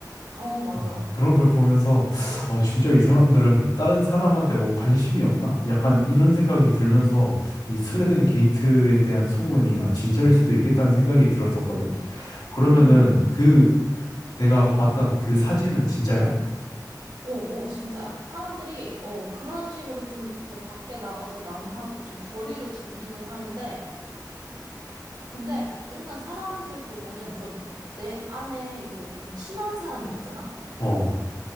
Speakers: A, on the right (about 80°); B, on the left (about 80°).
A: 응. 어, 맞아.
B: 아, 그런 걸 보면서, 어, 진짜 이 사람들은 다른 사람한테 뭐 관심이 없나? 약간 이런 생각이 들면서 이 스웨덴 게이트에 대한 소문이, 아, 진짜일 수도 있겠다는 생각이 들었었거든. 그러면은
A: 음.
B: 그 내가 봤던 그 사진은 진짜야?
A: 어, 어, 진짜야. 사람들이, 어, 그런 식으로 좀, 이렇게 밖에 나가서 남하고 좀 거리를 두기는 하는데, 근데 일단 사람들 보면은 좀 내 안에 이제 좀 친한 사람들 있잖아?
B: 어,